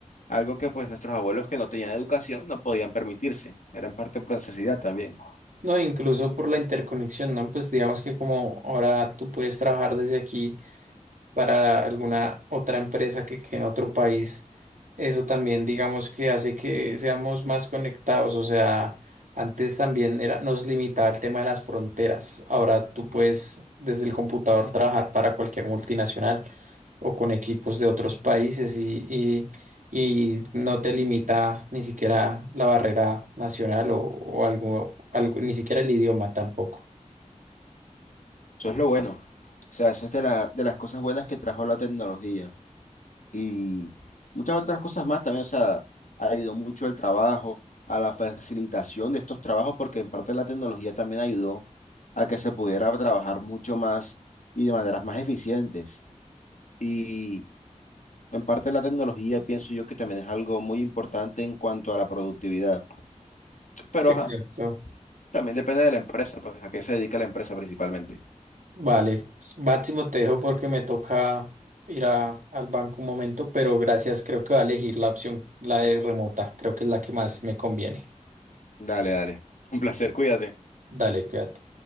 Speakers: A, on the left; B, on the right.
A: algo que pues nuestros abuelos que no tenían educación no podían permitirse. Era en parte por necesidad también.
B: No, incluso por la interconexión, ¿no? Pues digamos que como ahora tú puedes trabajar desde aquí. para alguna otra empresa que, que en otro país. Eso también, digamos que hace que seamos más conectados. O sea, antes también era, nos limitaba el tema de las fronteras. Ahora tú puedes desde el computador trabajar para cualquier multinacional o con equipos de otros países y, y- y no te limita ni siquiera la barrera nacional o, o algo, algo, ni siquiera el idioma tampoco.
A: Eso es lo bueno. O sea, eso es de la- de las cosas buenas que trajo la tecnología. Y muchas otras cosas más también. O sea, ha ayudado mucho el trabajo, a la facilitación de estos trabajos, porque en parte la tecnología también ayudó a que se pudiera trabajar mucho más y de maneras más eficientes. Y en parte la tecnología pienso yo que también es algo muy importante en cuanto a la productividad. Pero
B: Exacto.
A: ajá. También depende de la empresa, pues a qué se dedica la empresa principalmente.
B: Vale, pues, Máximo te dejo porque me toca ir a- al banco un momento, pero gracias, creo que va a elegir la opción, la de remota, creo que es la que más me conviene.
A: Dale, dale. Un placer, cuídate.
B: Dale, cuídate.